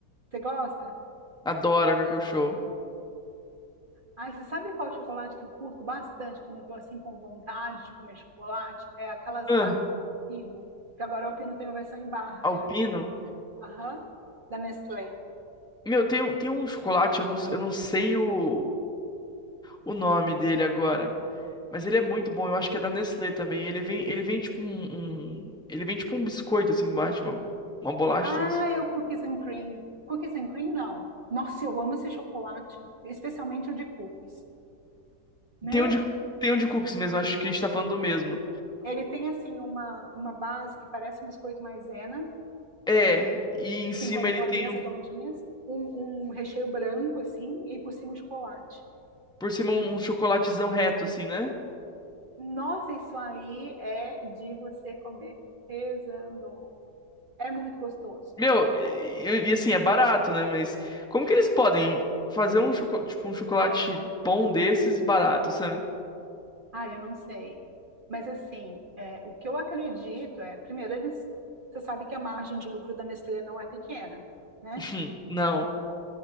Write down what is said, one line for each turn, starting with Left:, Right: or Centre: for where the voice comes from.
Right: Você gosta?
Centre: Adoro a Cacau Show.
Right: Ai, você sabe qual chocolate que eu curto bastante quando eu tô assim com vontade de comer chocolate? É aquelas
Centre: Ah,
Right: barras Pino, que agora o Pino tem a versão em barra,
Centre: Alpino.
Right: né? Aham, da Nestlé.
Centre: Meu, tem, um- tem um chocolate, eu não, eu não sei o, o nome dele agora. Mas ele é muito bom, eu acho que é da Nestlé também. Ele vem, ele vem tipo um, um- ele vem tipo um biscoito assim embaixo, uma, uma bolacha
Right: Ah,
Centre: assim.
Right: eu cookies and cream. Cookies and cream, não. Nossa, eu amo esse chocolate, especialmente o de cookies. Meu,
Centre: Tem um de,
Right: Deus.
Centre: tem um de cookies mesmo, acho que a gente tá falando do mesmo.
Right: ele tem assim uma, uma base que parece um biscoito maisena,
Centre: É, e em cima
Right: assim, com as
Centre: ele
Right: bolinhas
Centre: tem um-
Right: redondinhas, um, um recheio branco, assim, e por cima o chocolate.
Centre: por cima um um chocolatezão reto, assim, né?
Right: Nossa, isso aí é de você comer rezando. É muito gostoso.
Centre: Meu, e, e- e assim, é barato, né? Mas como que eles podem fazer um, choco- tipo, um chocolate bom desses e barato, sabe?
Right: Ah, eu não sei. Mas assim, é, o que eu acredito é, primeiro, eles, você sabe que a margem de lucro da Nestlé não é pequena, né?
Centre: <laughs> Não.